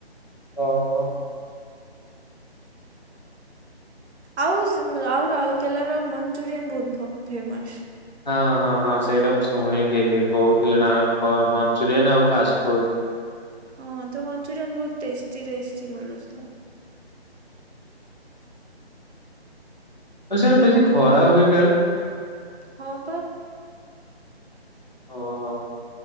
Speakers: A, on the left; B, on the right.
A: ଓ ହୋ।
B: ଆଉ ଆଉ ରାଉରକେଲାର ମଞ୍ଚୁରିଆନ ବହୁତ ଫେମସ୍।
A: ହଁ ହଁ ହଁ ସେଇଟା ମୁଁ ଶୁଣିଥିଲି କହୁଥିଲି ନା ମଞ୍ଚୁରିଆ ଆଉ ଫାଷ୍ଟ ଫୁଡ୍
B: ହଁ ତ ମଞ୍ଚୁରିୟନ ବହୁତ୍ ଟେଷ୍ଟି ଟେଷ୍ଟି ମିଳୁଥିଲା।
A: ଆଉ ସିଆଡ଼େ ବେଶୀ ଖରା ହୁଏ କାଳେ।
B: ହଁ ପା।
A: ଓହୋ